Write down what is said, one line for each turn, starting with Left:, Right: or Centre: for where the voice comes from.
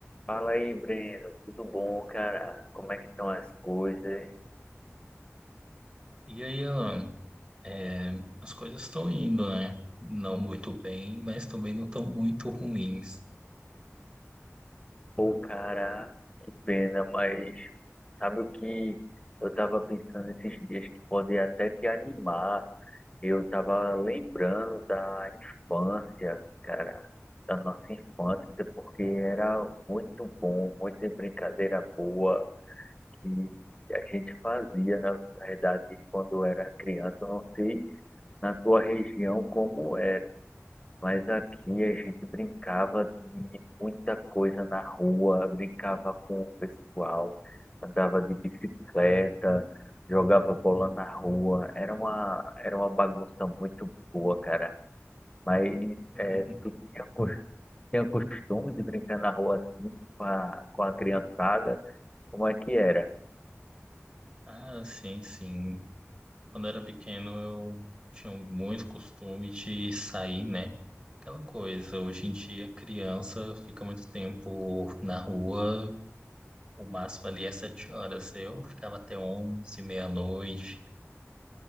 Left: Fala aí, Breno. Tudo bom, cara? Como é que estão as coisas?
Right: E aí, Alan, é, as coisas estão indo, né? Não muito bem, mas também não estão muito ruins.
Left: Pô, cara, pena, mas sabe o que eu tava pensando esses dias que pode até te animar? Eu tava lembrando da infância, cara, da nossa infância, porque era muito bom, muita brincadeira boa que a gente fazia, na verdade, quando era criança. Eu não sei na tua região como era. Mas aqui a gente brincava de muita coisa na rua, brincava com o pessoal, andava de bicicleta, jogava bola na rua. Era uma, era uma bagunça muito boa, cara. Mas
Right: <laughs>
Left: é, tu tinha, cos- tinha costume de brincar na rua assim com a, com a criançada? Como é que era?
Right: Ah, sim, sim. Quando era pequeno, eu tinha muito costume de sair, né? Aquela coisa, hoje em dia, criança fica muito tempo na rua, o máximo ali é sete horas. Eu ficava até onze, meia-noite.